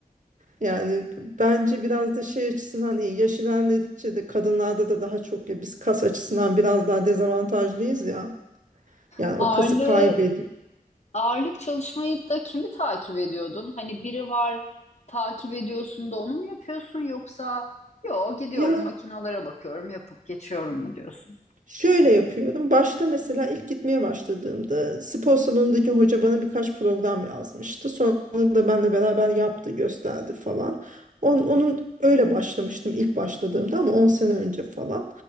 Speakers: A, on the right; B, on the left.
A: Yani bence biraz da şey açısından iyi. Yaş ilerledikçe de kadınlarda da daha çok ya biz kas açısından biraz daha dezavantajlıyız ya. Yani
B: Ağırlığı,
A: o kası kaybediyor.
B: ağırlık çalışmayı da kimi takip ediyordun? Hani biri var takip ediyorsun da onu mu yapıyorsun yoksa yo gidiyorum
A: Ya
B: makinalara bakıyorum yapıp geçiyorum mu diyorsun?
A: Şöyle yapıyorum. Başta mesela ilk gitmeye başladığımda spor salonundaki hoca bana birkaç program yazmıştı. Sonra da benle beraber yaptı, gösterdi falan. On, onun öyle başlamıştım ilk başladığımda ama 10 sene önce falan.